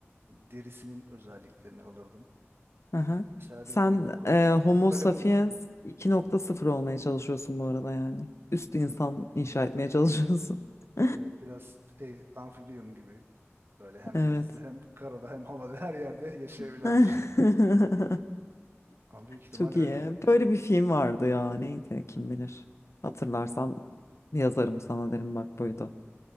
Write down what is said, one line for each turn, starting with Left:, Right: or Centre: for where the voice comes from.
Right: derisinin özelliklerini alırdım.
Left: Aha.
Right: Mesela
Left: Sen
Right: bir buko,
Left: e, Homo
Right: bukalemun
Left: sapiens 2.0 olmaya çalışıyorsun bu arada yani. Üst insan inşa etmeye çalışıyorsun. <laughs>
Right: evet biraz şey amfibiyon gibi böyle hem
Left: Evet.
Right: denizde hem karada hem havada her yerde yaşayabilen
Left: <laughs>
Right: bir şey. Ama büyük ihtimal
Left: Çok
Right: öyle
Left: iyi.
Right: olurdu.
Left: Böyle bir film vardı ya. Neydi kim bilir. Hatırlarsam yazarım sana derim bak buydu.